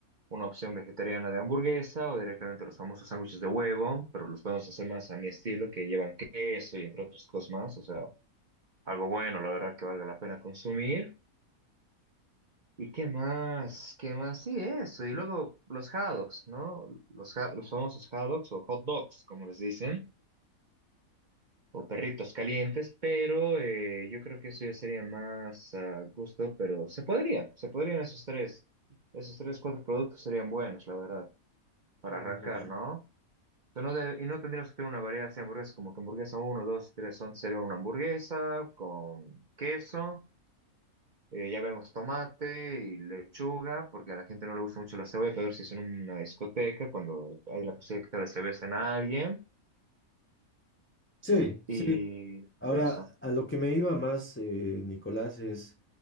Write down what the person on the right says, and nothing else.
una opción vegetariana de hamburguesa o directamente los famosos sándwiches de huevo, pero los podemos hacer más a mi estilo, que llevan queso y entre otras cosas más, o sea, algo bueno, la verdad que valga la pena consumir. ¿Y qué más? ¿Qué más? Sí, eso. Y luego los hot dogs, ¿no? Los, ha- los famosos hot dogs o hot dogs, como les dicen, o perritos calientes, pero eh, yo creo que eso ya sería más a gusto, pero se podría, se podrían esos tres. Esos tres, cuatro productos serían buenos, la verdad, para
arrancar,
¿no? Pero no de- y no tendríamos que tener una variedad así de hamburguesas, como que hamburguesa uno 2 3 11 sería una hamburguesa con queso, eh, ya vemos tomate y lechuga, porque a la gente no le gusta mucho la cebolla, pero si es en una discoteca, cuando hay la posibilidad que tal vez se besen a alguien,
y
eso.